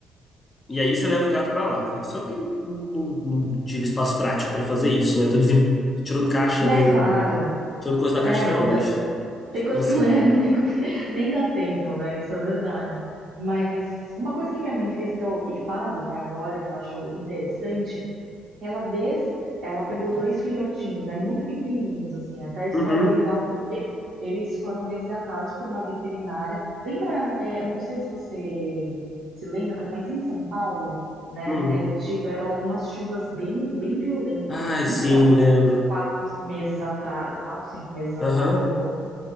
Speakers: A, on the left; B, on the right.
A: e aí você leva o gato pra lá, né? Só que não, não- não tive espaço prático pra fazer isso, né? Eu tô desem- tirando caixa
B: É
A: do,
B: claro.
A: tirando coisa da caixa
B: É,
A: até
B: não
A: hoje.
B: tá- tem coisa
A: Então assim.
B: que <laughs> não é, não tem coisa que nem dá tempo, né? Isso é verdade. Mas uma coisa que minha mãe fez que eu e faz até agora, que eu acho interessante, Ela des... ela pegou dois filhotinhos, né, muito pequenininhos, assim. Até a história
A: Uhum,
B: é legal porque eles foram resgatados por uma veterinária. Lembra, é, não sei se você se lembra, mas em São Paulo, né,
A: uhum.
B: é, tiveram algumas chuvas bem, bem violentas,
A: Ai,
B: assim, bem
A: sim,
B: fortes,
A: lembro.
B: há uns quatro meses atrás, quatro, cinco meses atrás,
A: Aham.
B: ou um pouco.